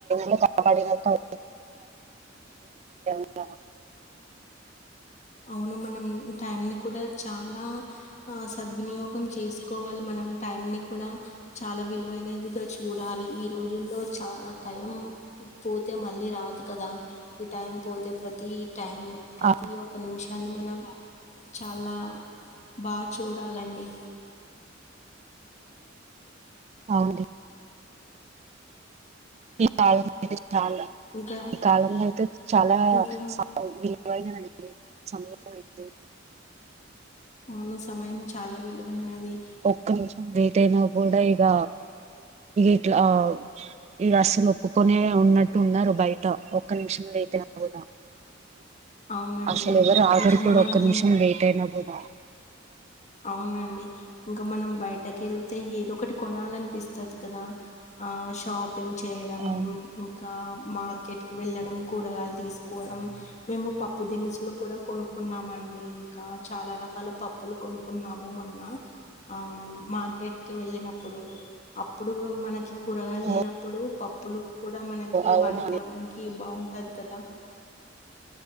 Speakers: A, on the right; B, on the left.
A: లో <inaudible>
B: అవును మనం టైం ని కూడా చాలా సద్వినియోగం చేసుకోవాలి మన మనం టైం ని కూడా చాలా విలువైనదిగా చూడాలి ఈ రోజుల్లో చ టైం పోతే మళ్ళీ రాదు కదా ఈ టైం పోతే ప్రతి టైం ప్రతి
A: ఆ
B: ఒ నిమిషాన్ని మనం చాలా బాగా చూడాలండి
A: అవుది <inaudible> చాలా
B: ఇంకా
A: ఈ కాలంలో అయితే చాలా
B: ఇంకా
A: విలువైనది అండి సమయం స
B: అవును సమయం చాలా విలువైనది.
A: ఒక్క నిమిషం లేట్ అయినా కూడా ఇ ఇక ఇట్లా ఇక అసలు ఒప్పుకొనే ఉన్నట్టు ఉన్నారు బయట ఒక్క నిమిషంలో లేట్ అయినా కూడా
B: అవునండి.
A: అసలు ఎవరు ఆగరు
B: ఇంకా
A: కూడా
B: మనం
A: ఒక్క నిమిషం లేట్ అయినా కూడా
B: అవునండి ఇంకా మనం బయటకి వెళ్తే ఏదో ఒకటి కొనాలనిపిస్తది కదా ఆ షాప్ పెన్ చేయడం
A: అవును
B: ఇంకా మార్కెట్ కి వెళ్ళడం కూరగాయలు తీసుకోవడం మేము పప్పు దినుసులు కూడా కొనుకున్నామ ఇంకా చాలా రకాల పప్పులు కొనుకున్నాము మొన్న ఆ మార్కెట్ వెళ్ళినప్పుడు అప్పుడు మనకి కూరగాయలు
A: ఓ
B: లేనప్పుడు పప్పులు కూడా మనకి
A: అవును
B: వండుకోవడానికి బాగుంటది కదా